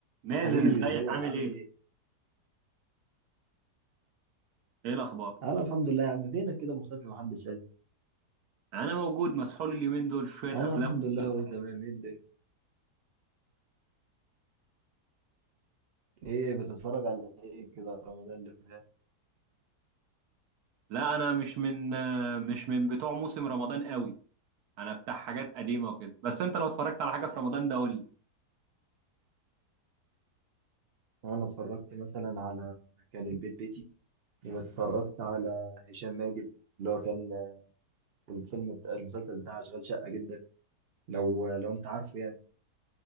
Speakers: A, on the right; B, on the right.
A: مازن
B: حبيبي
A: ازيك
B: ازيك
A: عامل
B: عامل
A: ايه؟
B: ايه؟
A: ايه الاخبار؟
B: انا الحمد لله يا عم فينك كده مختفي محدش شايف
A: انا موجود مسحول اليومين دول في شويه
B: انا
A: افلام
B: الحمد
A: ومسلسلات
B: لله هو تمام
A: كده
B: ايه الدنيا ايه بتتفرج على ايه كده رمضان اللي فات
A: لا انا مش من مش من بتوع موسم رمضان قوي انا بتاع حاجات قديمه وكده بس انت لو اتفرجت على حاجه في رمضان ده قول لي
B: انا اتفرجت مثلا على كان البيت بيتي واتفرجت على هشام ماجد اللي هو كان الفيلم بتاع المسلسل بتاع اشغال شقة جدا لو لو انت عارفه يعني